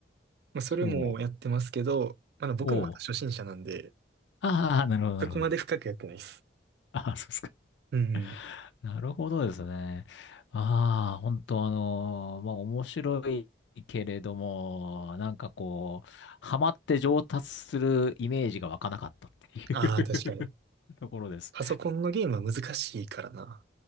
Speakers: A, on the right; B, on the left.
A: まあ、それもやってますけど、
B: そう。
A: まだ僕もまた初心者なんで、
B: おう。ああ、なるほど、
A: そこまで深くやってないです。
B: なるほど。ああ、そうですか。
A: うんうん。
B: <laughs> なるほどですね。ああ、本当あのーまあ、面白いけれども、なんかこう、ハマって上達するイメージが湧かなかったっていう
A: ああ、確かに。
B: <laughs> ところです。
A: パソコンのゲームは難しいからな。